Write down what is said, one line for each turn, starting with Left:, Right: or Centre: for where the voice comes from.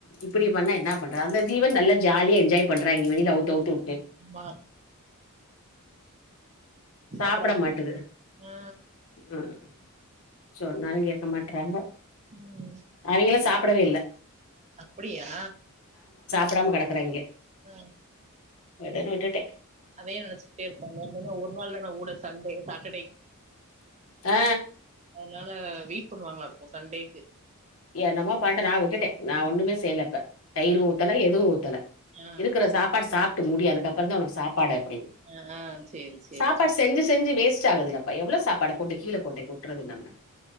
Left: இப்டி பண்ணா என்ன பண்றோ அந்த ஜீவன் நல்ல ஜாலியா என்ஜாய் பண்றா நீ வெளிலே அவுத்து அவுத்து வு
Right: ம்மா
Left: சாப்புட
Right: அப்றோ
Left: மாட்டுது
Right: ஆ
Left: ம் சோ நாங்கே <unintelligible> றாங்க
Right: ம்
Left: அவைங்களே சாப்டவே இல்ல
Right: அப்டியா
Left: புடாம கெடக்குறாய்ங்க
Right: ம்
Left: விடுன்னு விட்டுட்டே
Right: அதே நெனச்சுக்டே இருப்பாங்க இன்னொன்னு ஒரு நாள் தானே வுடு சண்டே சாட்டர்டே
Left: ஆ
Right: வேல வெயிட் பண்ணுவாங்களா இருக்கு சண்டேக்கு
Left: என்னமோ பன்ட்டு நா வுட்டுட்டே நா ஒண்ணுமே செய்ல த தயிர்
Right: ஆ
Left: ஊத்தல எதுவு ஊத்தல
Right: ஆ
Left: இருக்குற சாப்பாடு சாப் ட்டு முடி அதுக்கு அப்பறோதா உனக்கு சாப் பாடு அப்டின்
Right: ஆ ஆ சேரி சேரி
Left: சாப்பாடு செஞ்சு செஞ்சு வே ஸ்ட் ஆகுதுல்லப்பா எவ்ளோ சாப் பாட கொண்டு கீழே கொண்டை கொட்றது நம்ம